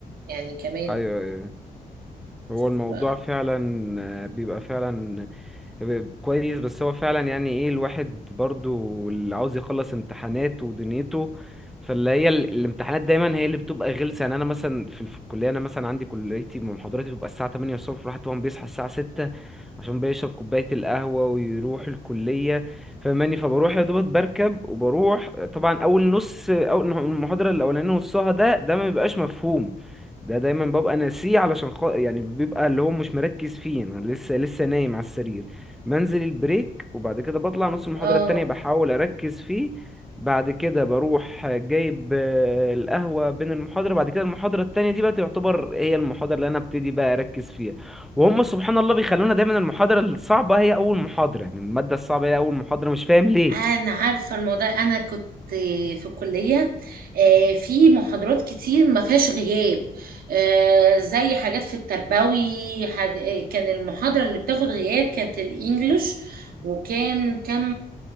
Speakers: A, on the right; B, in the centre.
A: يعني كمان
B: ايوه ايوه هو
A: ف-
B: الموضوع فعلا آه، بيبقى فعلا كويس بس هو فعلا يعني ايه الواحد برضو اللي عاوز يخلص امتحانات ودنيته فاللي هي ال- الامتحانات دايما هي اللي بتبقى غلسة يعني انا مثلا في في الكلية انا مثلا عندي كليتي محاضراتي بتبقى الساعة 8 الصبح الواحد طبعا بيصحى الساعة 6 عشان بيشرب كوباية القهوة ويروح الكلية فماني فبروح يا دوبك بركب وبروح طبعا اول نص اول المحاضرة الاولانية نصها ده ده ما بيبقاش مفهوم ده دايما ببقى ناسيه علشان خ... يعني بيبقى اللي هو مش مركز فيه انا لسه لسه نايم على السرير بنزل البريك وبعد كده بطلع نص المحاضرة
A: اه
B: التانية بحاول أركز فيه بعد كده بروح جايب آه، القهوة بين المحاضرة بعد كده المحاضرة التانية دي بقى تعتبر هي المحاضرة اللي أنا ابتدي بقى أركز فيها وهم سبحان الله بيخلونا دايما المحاضرة الصعبة هي أول محاضرة يعني المادة الصعبة هي أول محاضرة مش فاهم ليه
A: انا عارفه الموضوع انا كنت في الكليه آه، في محاضرات كتير ما فيهاش غياب آه، زي حاجات في التربوي حاج... آه، كان المحاضره اللي بتاخد غياب كانت الانجليش وكان كم